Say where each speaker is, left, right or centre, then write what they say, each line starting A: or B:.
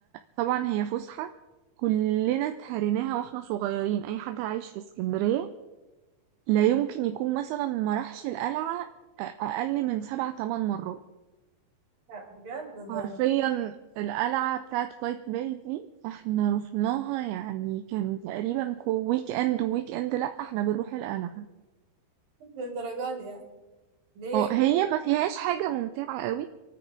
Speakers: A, on the right (about 85°); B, on the right (about 65°).
A: طبعا هي فسحة كلنا اتهريناها واحنا صغيرين اي حد عايش في اسكندرية لا يمكن يكون مثلا ما راحش القلعة أ- اقل من سبع تمن مرات
B: لا بجد ده
A: حرفيا القلعة بتاعت قايتباي دي احنا رحناها يعني كان تقريبا كو- ويك اند ويك اند لا احنا بنروح القلعة
B: للدرجة دي يعني ليه
A: هو هي ما فيهاش حاجة ممتعة قوي